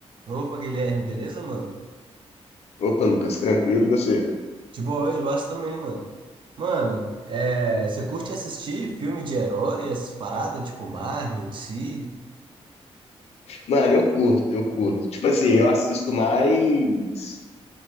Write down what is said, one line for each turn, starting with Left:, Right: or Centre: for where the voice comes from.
Right: Opa, Guilherme, beleza, mano?
Left: Opa, Lucas, tranquilo e você?
Right: De boa hoje, o Aço também, mano. Mano, é, você curte assistir filme de herói, essas paradas, tipo Marvel, DC?
Left: Mano, eu curto, eu curto. Tipo assim, eu assisto mais